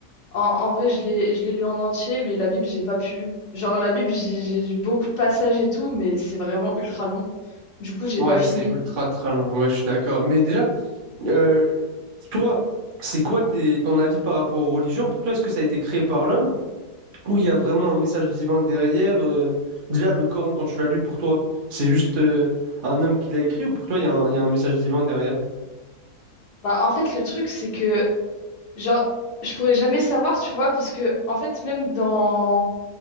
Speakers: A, on the left; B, on the right.
A: en, en vrai, je l'ai, je l'ai lu en entier, mais la Bible, j'ai pas pu. Genre, la Bible, j'ai j'ai lu beaucoup de passages et tout, mais c'est vraiment ultra long. Du coup, j'ai
B: Ouais,
A: pas fini.
B: c'est ultra très long, ouais, je suis d'accord. Mais déjà, euh, toi, c'est quoi tes- ton avis par rapport aux religions? Pour toi, est-ce que ça a été créé par l'homme où il y a vraiment un message divin derrière. euh, déjà, le Coran, quand tu l'as lu, pour toi, c'est juste euh, un homme qui l'a écrit ou pour toi, il y a un, il y a un message divin derrière?
A: Bah, en fait, le truc, c'est que Genre, je pourrais jamais savoir, tu vois, parce que, en fait, même dans,